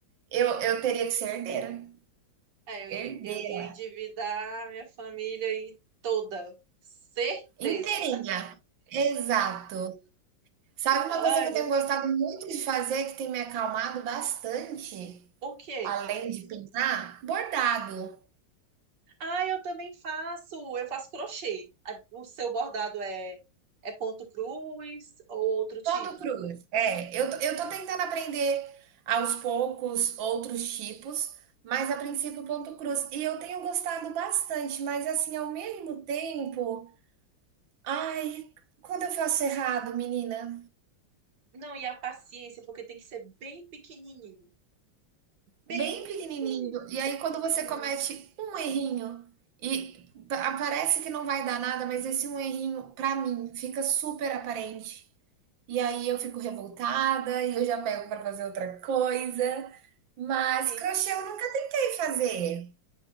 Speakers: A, on the right; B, on the right.
A: eu, eu teria que ser herdeira.
B: é,
A: Herdeira.
B: eu ia, endividar minha família aí toda. Certeza.
A: Inteirinha. Exato. Sabe uma
B: Ai,
A: coisa que eu
B: Deus.
A: tenho gostado muito de fazer, que tem me acalmado bastante,
B: Ok.
A: além de pintar? Bordado.
B: Ah, eu também faço, eu faço crochê. O seu bordado é, é ponto cruz ou outro tipo?
A: Ponto cruz. É, eu, eu tô tentando aprender aos poucos outros tipos, mas a princípio ponto cruz. E eu tenho gostado bastante, mas assim, ao mesmo tempo, ai, quando eu faço errado, menina,
B: Não, e a paciência, porque tem que ser bem pequenininho. Bem
A: bem pequenininho,
B: pequenininho.
A: e aí quando você
B: Sim.
A: comete um errinho e pa- parece que não vai dar nada, mas esse um errinho, pra mim, fica super aparente. E aí eu fico revoltada e eu já pego para fazer outra coisa. Mas
B: É.
A: crochê eu nunca tentei fazer.